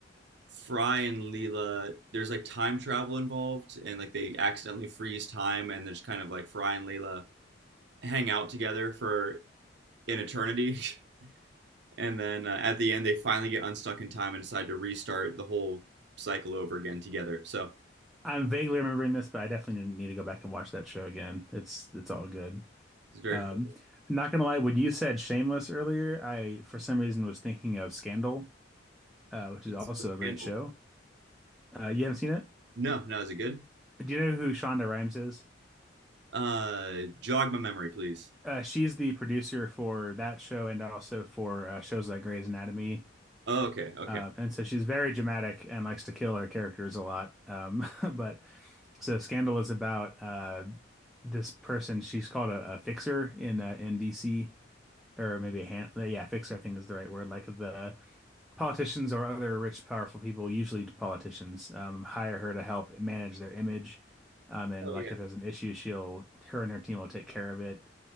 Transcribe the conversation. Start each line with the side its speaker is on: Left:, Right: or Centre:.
Right: Fry and Leela. There's like time travel involved, and like they accidentally freeze time, and there's kind of like Fry and Leela hang out together for an eternity, <laughs> and then uh, at the end they finally get unstuck in time and decide to restart the whole cycle over again together. So
Centre: I'm vaguely remembering this, but I definitely need need to go back and watch that show again. It's it's all good.
Right: it's very
Centre: Um,
Right: hard.
Centre: not gonna lie, when you said Shameless earlier, I for some reason was thinking of Scandal, uh, which is
Right: It's
Centre: also
Right: a
Centre: a great
Right: handle.
Centre: show. Uh, you haven't seen it?
Right: No, no, is it good?
Centre: Do you know who Shonda Rhimes is?
Right: Uh, jog my memory, please.
Centre: Uh, she's the producer for that show and also for uh, shows like Grey's Anatomy.
Right: Oh, okay, okay.
Centre: Uh, and so she's very dramatic and likes to kill her characters a lot. Um, <laughs> but So Scandal is about uh, this person. She's called a, a fixer in uh, in DC, or maybe a hand. Yeah, fixer I think is the right word. Like the politicians or other rich, powerful people, usually politicians, um, hire her to help manage their image. Um, and
Right: Oh
Centre: like
Right: yeah.
Centre: if there's an issue, she'll her and her team will take care of it,